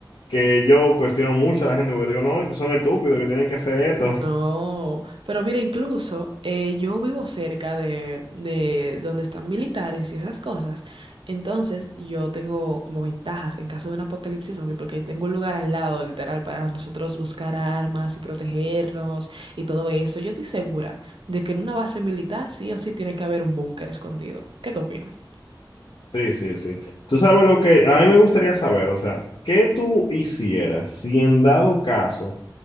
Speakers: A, on the left; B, on the right.
A: que yo cuestiono mucho a la gente porque digo, no, es que son estúpidos, que tienen que hacer esto.
B: No,
A: <laughs>
B: pero mira, incluso eh, yo vivo cerca de, de donde están militares y esas cosas. Entonces yo tengo como ventajas en caso de un apocalipsis zombie porque tengo un lugar al lado, literal, para nosotros buscar armas y protegernos y todo eso. Yo estoy segura de que en una base militar sí o sí tiene que haber un búnker escondido. ¿Qué tú opinas?
A: Sí, sí, sí. Tú sabes lo que a mí me gustaría saber, o sea, ¿qué tú hicieras si en dado caso